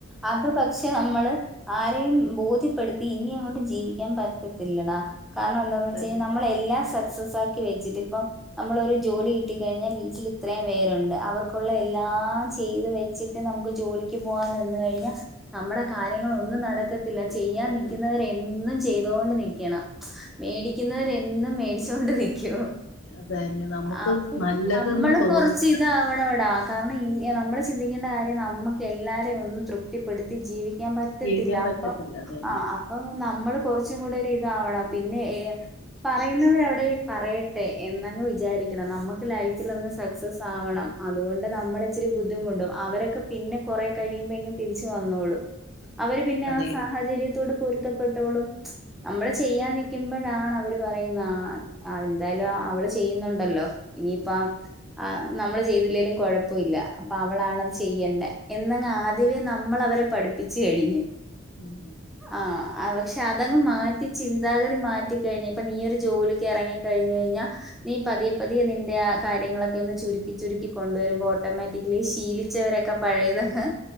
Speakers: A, in the centre; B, on the left.
A: അത് പ പക്ഷെ നമ്മള് ആരെയും ബോധ്യപ്പെടുത്തി ഇനി അങ്ങോട്ട് ജീവിക്കാൻ പറ്റത്തില്ലടാ. കാരണം എന്താന്ന്
B: അതന്നെ
A: വെച്ചഴിഞ്ഞ നമ്മളെല്ലാം സക്സസ് ആക്കി വെച്ചിട്ടിപ്പൊ നമ്മളൊരു ജോലി കിട്ടി കഴിഞ്ഞാ വീട്ടിലിത്രംയും പേരുണ്ട് അവർക്കുള്ള എല്ലാം ചെയ്ത് വെച്ച് നമുക്ക് ജോലിക്ക് പോകാൻ ന്നു കഴിഞ്ഞ നമ്മുടെ കാര്യങ്ങളൊന്നും നടക്കത്തില്ല ചെയ്യാൻ
B: നടക്കത്തില്ല
A: നിക്കുന്നവരെന്നു ചെ തോണ്ട് നിക്കണം. മേടി ക്കുന്നവരെന്നും മേടിച്ചൊണ്ടിരിക്കൂ
B: അതന്നെ നമുക്ക്
A: അപ്പം
B: നല്ലതെന്ന്
A: നമ്മൾ
B: തോന്നുന്നു
A: കൊറച്ച്. ഇതാവ്‌ണോട കാരണം ഇൻ നമ്മൾ ചിന്തിക്കേണ്ട കാര്യം നമുക്ക് എല്ലാരൊന്ന് ഒന്നു തൃപ് ത്തിപ്പെടുത്തി ജീവിക്കാൻ പറ്റത്തില്ല
B: ജീവിക്കാൻ പറ്റത്തില്ല
A: അപ്പ
B: അതന്നെ
A: ആഹ് ആഹ് പ്പം നമ്മള് കൊറച്ചും കൂടെ ഒരിതാവണം പിന്നെ ഏഹ് പറയുന്നവരവിടെ പറയട്ടെ എന്നങ്ങ് വിചാരിക്കണം. നമുക് ലൈഫിൽ ഒന്ന് സക്സസ് ആവണം അതുകൊണ്ട് നമ്മൾ ത്തിരി ബുദ്ധിമുട്ടും അവരൊക്കെ പിന്നെ കൊറേ കഴിയുമ്പോള് തിരിച്ചു വന്നോളും അവര് പിന്നെ
B: അതെ
A: ആ സാഹചര്യത്തോട് പൊരുത്തപ്പെട്ടോളും നമ്മള് ചെയ്യാൻ നിക്കുമ്പോഴാണ് അവര് പറയുന്ന ആഹ് അ എന്തായാലും അവള് ചെയ്യുന്നുണ്ടല്ലോ. ഇനിയിപ്പം ആ നമ്മള് ചെയ്തില്ലെലും കൊഴപ്പുല്ല അപ്പൊ അവളാണത് ചെയ്യണ്ടേ. എന്നങ് ആദ്യമേ നമ്മളവരെ പഠിപ്പിച്ചു കഴിഞ്ഞു
B: ഉം
A: ആഹ് അ പക്ഷെ അതങ്ങ് മാറ്റി ചിന്താഗതി മാറ്റിക്കഴിഞ്ഞ് ഇപ്പ നീയൊരു ജോലിക്കെറങ്ങി കഴിഞ്ഞഴിഞ നീ പതിയെ പതിയെ നിന്റെ ആ കാര്യങ്ങളൊക്കെ ഒന്ന് ചുരുക്കി ചുരുക്കി കൊണ്ടുവരുമ്പോ ഓട്ടോമേറ്റിക്കലി ശീലി ച്ചവരൊക്കെ പഴയതങ്ങ്